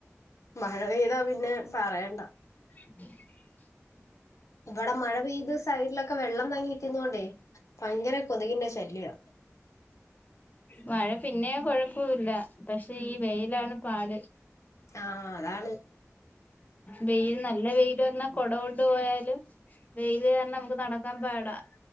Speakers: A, on the left; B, on the left.
A: മഴ പെയ്താ പിന്നെ പറയണ്ട
B: <inaudible>
A: ഇബടെ മഴ പെയ്ത് സൈഡിലൊക്കെ വെള്ളം തങ്ങിരിക്കുന്നോണ്ടേ ഭയങ്കര കൊതുകിന്റെ ശല്ല്യാ
B: മഴ പിന്നേം കൊഴൊപ്പൂല്ല പക്ഷെ ഈ വെയിലാണ് പാട്
A: ആ അതാണ്
B: വെയില് നല്ല വെയില് വന്നാ കൊട കൊണ്ട് പോയാലും വെയില് കാര്ണം നമ്ക്ക് നടക്കാൻ പാടാ